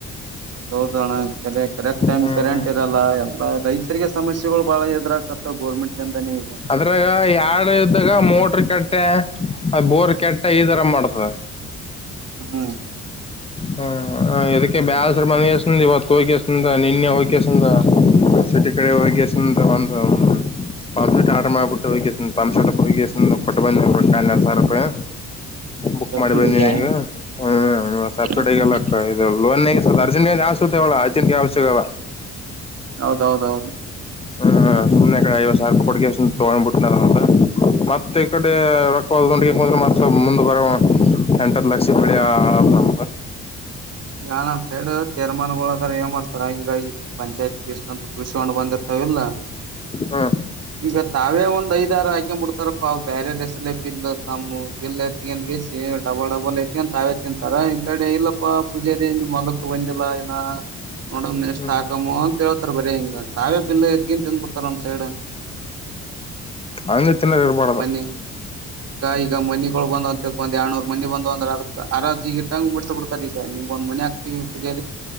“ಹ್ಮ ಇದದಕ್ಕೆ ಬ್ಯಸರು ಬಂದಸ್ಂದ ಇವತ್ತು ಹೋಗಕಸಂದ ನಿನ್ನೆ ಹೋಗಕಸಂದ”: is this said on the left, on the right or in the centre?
Left